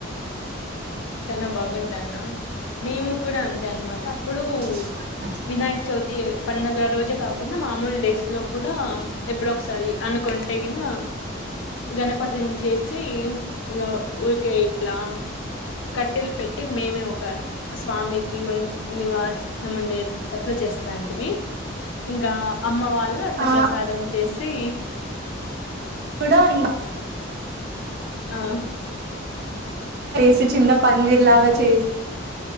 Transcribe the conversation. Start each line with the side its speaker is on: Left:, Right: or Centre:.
Left: చాల బాగుంటా అన్న మేము కూడా అంతే అనమాట అప్పుడు
Right: స్
Left: వినాయక చవితి పండగ రోజే కాకుండా మామూలు డేస్ లో కూడా ఎప్పుడ ఒకసారి అనుకుంటేగిన గణపతిని చేసి ఇకా ఊరికే ఇట్లా కట్టెలు పెట్టి మేమే ఒక స్వామికి ఉ నివాస ముండే అట్లా చేస్తా అంట మీ ఇంకా అమ్మ వాళ్ళు అట్లా
Right: ఆ
Left: ప్రసాదం చేసి
Right: ఇడయిం
Left: ఆ
Right: చేసి చిన్న పందర్లాగా చేసి